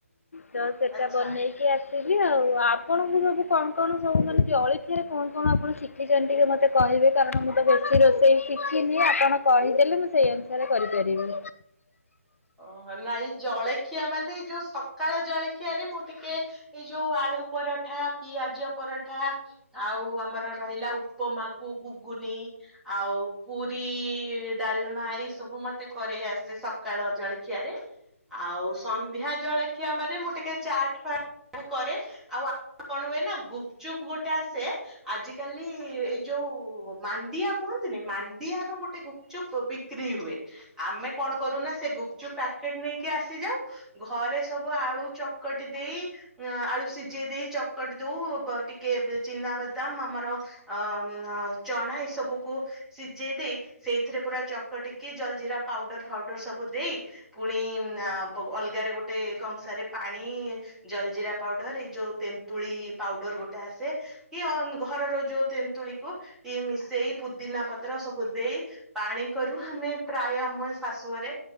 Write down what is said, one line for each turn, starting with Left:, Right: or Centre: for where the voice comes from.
Left: ତ ସେଟା
Centre: ଆଚ୍ଛା।
Left: ବନେଇକି ଆସ ଦେବି ଆଉ। ଆପଣଙ୍କୁ ସବୁ କଣ କଣ ସବୁ ମାନେ ଜଳଖିରେ କଣ କଣ ଆପଣ ଶିଖିଛନ୍ତି ଟିକେ ମତେ କହିବେ କାରଣ ମୁଁ ତ ବେଶୀ ରୋଷେଇ ଶିଖିନି। ଆପଣ କହିଦେଲେ ମୁଁ ସେଇ ଅନୁସାରେ କରିପାରିବି।
Centre: ଓହୋ ନାଇଁ ଜଳଖିଆ ମାନେ ଏଇ ଯୋଉ ସକାଳ ଜଳଖିଆ ରେ ମୁଁ ଟିକେ ଏଇ ଯୋଉ ଆଳୁ ପରଠା ପିଆଜ ପରଠା ଆଉ ଆମର ରହିଲା ଉପମା ଗୁଗୁନି ଆଉ ପୁରୀ ଡାଲମା ଏଇ ସବୁ ମତେ କରେଇ ଆସେ ସକାଳ ଜଳଖିଆରେ ଆଉ ସନ୍ଧ୍ୟା ଜଳଖିଆ ମାନେ ମୁଁ ଟିକେ ଚାଟ ଫଟ କରେ ଆଉ କଣ ହୁଏ ଗୁପଚୁପ ଗୋଟେ ଆସେ ଆଜି କାଲି ଏ ଯୋଉ ମାଣ୍ଡିଆ କୁହନ୍ତିନି ମାଣ୍ଡିଆ ର ଗୋଟେ ଗୁପଚୁପ ବିକ୍ରି ହୁଏ ଆମେ କଣ କରୁନା ସେ ଗୁପ ଯ ପ୍ୟାକେଟ ନେଇକି ଆସିଯାଉ ଘରେ ସବୁ ଆଳୁ ଚକଟି ଦେଇ ଆଳୁ ସିଝେଇ ଦେଇ ଚକଟି ଦଉ ଟିକେ ଚିନାବାଦାମ ଆମର ଅ ଚଣା ଏଇସବୁକୁ ସିଝେଇ ଦେଇ ସେଇଥିରେ ପୁରା ଚକଟିକି ଜଲଜିିରା ପାଉଡର ଫାଉଡର ସବୁ ଦେଇ ପୁଣି ଅଲଗାରେ ଗୋଟେ କଂସାରେ ପାଣି ଜଲଜିରା ପାଉଡର ଏଇ ଯୋଉ ତେନ୍ତୁଳି ପାଉଡର ଗୋଟେ ଆସେ କି ଘରର ଯୋଉ ତେନ୍ତୁଳିକୁ ଟିକେ ମିଶେଇ ପୁଦିନା ପତ୍ର ସବୁ ଦେଇ ପାଣି କରୁ ଆମେ ପ୍ରାୟ ଆମ ଶାଶୁଘରେ